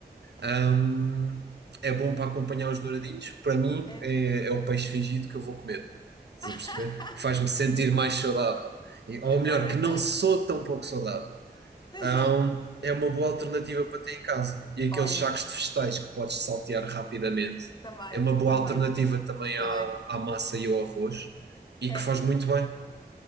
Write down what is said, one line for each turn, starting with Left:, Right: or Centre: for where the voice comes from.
Right: Hum, é bom para acompanhar os douradinhos. Para mim,
Left: é.
Right: é, é o peixe fingido que eu vou comer. Estás
Left: <laughs>
Right: a perceber? Faz-me sentir mais saudável. E-
Left: Ok,
Right: ou melhor, que
Left: ok.
Right: não sou tão pouco saudável.
Left: Exato.
Right: Hum, é uma boa alternativa para ter em casa. E aqueles
Left: Olha,
Right: sacos de vegetais que podes saltear rapidamente.
Left: também,
Right: É uma boa
Left: também,
Right: alternativa também
Left: também.
Right: à, à massa e ao arroz. E
Left: É.
Right: que faz muito bem.